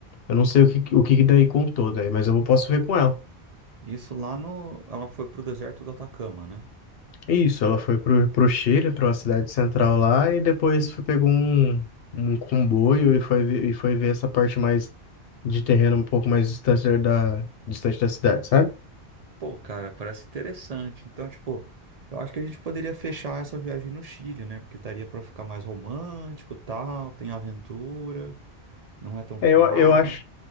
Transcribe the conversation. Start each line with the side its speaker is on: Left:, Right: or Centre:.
Left: eu não sei o que o que que daí contou daí, mas eu posso ver com ela.
Right: isso lá no, ela foi pro deserto do Atacama, né?
Left: Isso, ela foi pro, pro Chile, para uma cidade central lá, e depois foi- pegou um, um comboio e foi, ver- e foi ver essa parte mais de terreno um pouco mais distante da, da- distante da cidade, sabe?
Right: Pô, cara, parece interessante. Então, tipo, eu acho que a gente poderia fechar essa viagem no Chile, né? Porque daria pra ficar mais romântico, e tal, tem aventura, não é tão
Left: É,
Right: caro.
Left: Eu, eu acho,